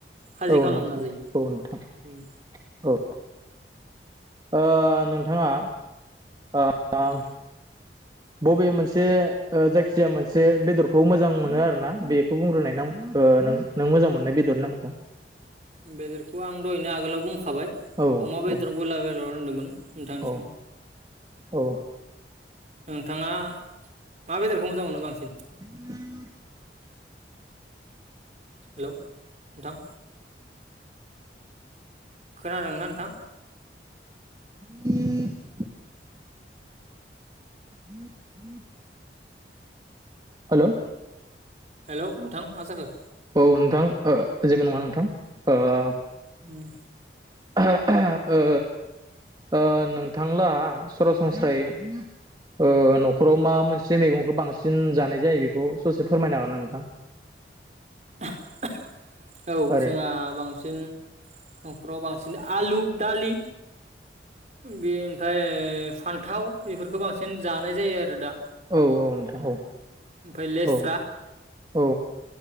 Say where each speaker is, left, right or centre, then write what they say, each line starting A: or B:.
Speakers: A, on the right; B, on the right.
A: खाजि
B: औ
A: खालामना
B: नोंथां
A: जायो
B: औ नोंथां
A: उम
B: औ। ओ नोंथाङा ओ <unintelligible>
A: औ
B: बबे मोनसे ओ जाय खिजाया मोनसे बेदरखौ मोजां मोनो आरोना बेखौ बुंग्रोनाय नाम ओ नों मोजां मोननाय बेदरनि नामखौ।
A: बेदरखौ आं दहैनो आगोलाव बुंखा बाय
B: औ
A: अमा बेदर
B: औ
A: बयलार। होनदोंमोन। नोंथांसिम।
B: औ औ
A: नोंथाङा मा बेदरखौ मोजां मोनो बांसिन?
B: <inaudible>
A: हेलौ नोंथां। खोनादोंना नोंथां?
B: <inaudible> <inaudible> हेलौ।
A: हेलौ नोंथां मा जाखो?
B: औ नोंथां ओ जेबो नङा नोंथां ओ
A: उम।
B: <unintelligible> ओ ओ नोंथां लाहा सरासनस्रायै ओ न'खराव मा मोनसे मैगंखौ बांसिन जानाय जायो बेखौ ससे फोरमायनो हागोन ना नोंथां?
A: <unintelligible> औ
B: ओरैनो
A: जोंहा बांसिन नखराव बांसिन आलु दालि बे ओमफाय फान्थाव बेफोरखो बांसिन जानाय जायो आरो दा।
B: औ औ नोंथां औ।
A: ओमफाय लेस्रा
B: औ औ